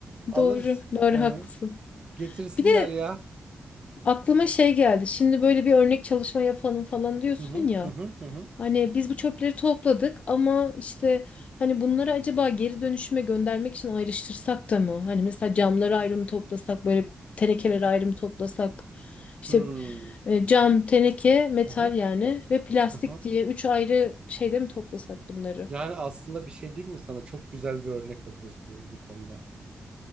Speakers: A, on the right (about 35°); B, on the left (about 50°).
A: Alırız.
B: Doğru doğru
A: Hı
B: haklısın.
A: hı. Getirsinler
B: Bir de
A: ya.
B: aklıma şey geldi. Şimdi böyle bir örnek çalışma yapalım falan diyorsun
A: Hı hı
B: ya.
A: hı hı hı. hı.
B: Hani biz bu çöpleri topladık ama işte hani bunları acaba geri dönüşüme göndermek için ayrıştırsak da mı? Hani mesela camları ayrı mı toplasak böyle tenekeleri ayrı mı toplasak? İşte
A: Hmm.
B: e, cam, teneke, metal
A: Aha.
B: yani ve plastik
A: aha.
B: diye üç ayrı şeyde mi toplasak bunları?
A: Yani aslında bir şey diyeyim mi sana? Çok güzel bir örnek oluruz bu bu konuda.